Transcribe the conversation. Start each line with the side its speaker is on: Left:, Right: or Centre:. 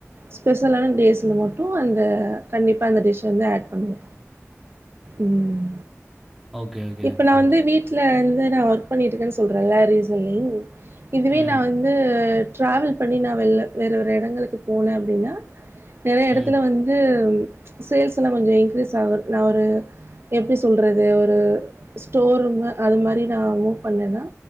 Right: ஸ்பெஷலான டேஸ்ல மட்டு அந்த கண்டிப்பா அந்த டிஷ் வந்து ஆட் பண்ணுவோ ம்
Centre: ஓகே, ஓகே,
Right: இப்ப
Centre: ஓகே.
Right: நா வந்து வீட்ல இருந்து நா வொர்க் பண்ணிட்டு இருக்கேன்னு சொல்றேன்ல ரீசன்லி இதுவே
Centre: ம்.
Right: நா வந் து ட்ராவல் பண்ணி நா வெள்ல வேற வேற எடங்களுக்கு போனே அப்டின்னா நெறைய
Centre: ம்.
Right: எடத்துல வந்து சேல்ஸ் எல்லா கொஞ்சோ இன்க்ரீஸ் ஆகு நா ஒரு எப்டி சொல்றது ஒரு ஸ்டோர் ரூமு அது மாரி நாமு வந்தேன்னா